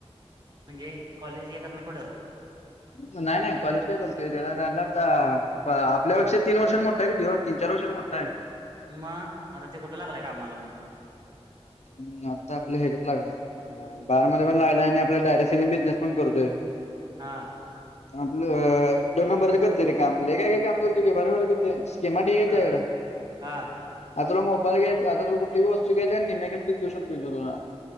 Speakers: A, on the right (about 40°); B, on the left (about 80°).
A: म्हणजे कॉलेज ये कर नाही पुढं.
B: नाय, नाय कॉलेज काय करतोय त्याला झालं आता प आपल्यापेक्षा तीन वर्षानं मोठा आहे रे त्यो, तीन -चार वर्षानं मोठा आहे.
A: मग आता त्यो कुठं लागलायं कामाला मग?
B: हं.. आत्ता आपलं हेझ्यात लागलाय. ह बारामध्ये पण लागलाय आणि आपला डायरेक्ट सेलिंग बिझनेस पण करतोय.
A: हा
B: आपलं दोन नंबरचं करतोय रे काम, लई काय- काय काम करतोय, लई भारी -भारी करतंय. स्कीमा ढीग हायत
A: हा
B: तेज्याकडं
A: हा
B: आता तुला मोबाईल घ्यायचा, आता तुला कुठली वस्तू घ्यायच्या निम्म्या किंमतीत देवू शकतोय त्यो तुला.